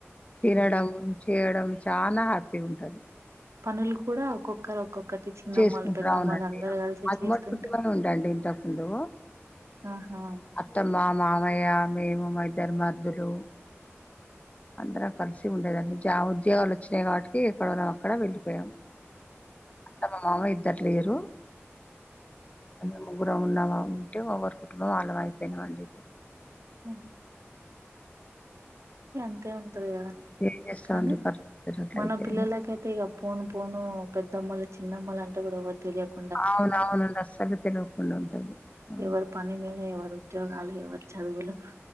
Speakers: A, on the left; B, on the right.
A: తినడం
B: అవునండి
A: చేయడం చానా హ్యాపీగా ఉంటది
B: పనులు కూడా ఒక్కొక్ ఒక్కరు ఒక్కొక్కటి చిన్నమ్మలు
A: చేసుకుంటారు
B: పెద్దమ్మలు
A: అవునండి
B: అందరు కలిసి
A: అది
B: చేస్తుంటే
A: ఉమ్మడి కుటుంబమే ఉండండి ఇంతకుముందు
B: ఆహా
A: అత్తమ్మ, మామయ్య మేము మా ఇద్దరు మర్దులు అందరం కలిసి ఉండేదండి జా ఉద్యోగాలు వొచ్చినాయి కాబట్టి ఎక్కడోళ్ళం అక్కడ వెళ్లిపోయాం అత్తమ్మ మామ ఇద్దరు లేరు ఇంగ ముగ్గురు ఉన్నామా ఉంటే ఒకరి కుటుంబం వాళ్ళ వైపేనా అండి ఇప్పుడు
B: ఊ అంతే ఉంటది కదా
A: ఏం చేస్తామండి
B: కానీ
A: పరిస్థితులు అట్లయితే
B: మన పిల్లలకైతే ఇగ పోను పోను పెద్దమ్మలు, చిన్నమ్మలు అంటే గూడ ఎవరు తెలియకు
A: అవునువును అండీ అస్సలు తెలువకుండ ఉంటది ఆ
B: ఎవరు పని మీద ఎవరు ఉద్యోగాలు ఎవరి చదువులు